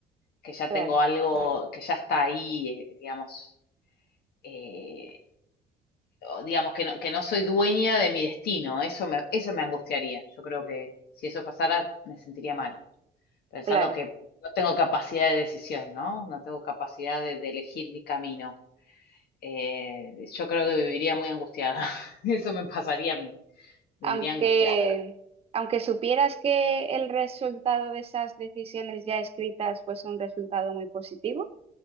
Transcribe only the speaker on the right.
Claro,
claro.
Aunque,
aunque supieras que el resultado de esas decisiones ya escritas fuese un resultado muy positivo,